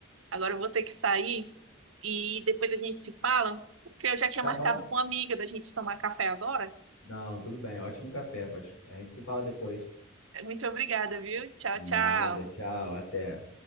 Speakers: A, on the right (about 80°); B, on the left (about 90°).
A: agora eu vou ter que sair e depois a gente se fala, porque eu já tinha
B: Tá
A: marcado
B: bom?
A: com uma amiga da gente tomar café agora.
B: Não, tudo bem. Ótimo café. Pode... A gente se fala depois.
A: Muito obrigada, viu? Tchau,
B: Nada,
A: tchau.
B: tchau, até.